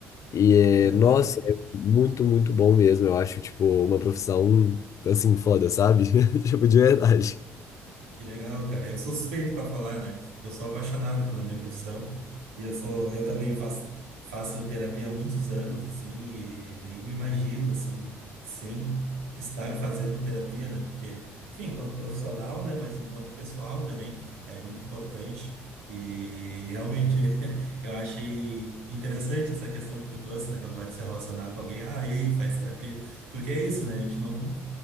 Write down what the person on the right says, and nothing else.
Aham.
Que legal, cara. Eu sou suspeito para falar, né? Eu sou apaixonado pela minha profissão e eu sou, eu também faço, faço terapia há muitos anos, assim, e nem me imagino, assim, sem estar fazendo terapia, né? Porque, enfim, enquanto profissional, né? Mas enquanto pessoal também é muito importante. E realmente <laughs> eu achei interessante essa questão que tu trouxe, né? Quando vai se relacionar com alguém, ah, e aí, faz terapia? Porque é isso, né? A gente não